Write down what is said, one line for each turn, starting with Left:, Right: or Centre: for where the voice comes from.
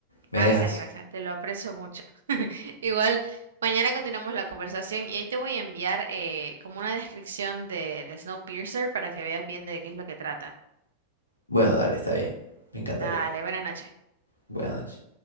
Left: ¿Me
Right: Gracias,
Left: dejas?
Right: gracias. Te lo aprecio mucho. <laughs> Igual, mañana continuamos la conversación y ahí te voy a enviar eh, como una descripción de, de Snowpiercer para que veas bien de qué es lo que trata.
Left: Bueno, dale, está bien. Me encantaría.
Right: Dale, buenas noches.
Left: Buenas noches.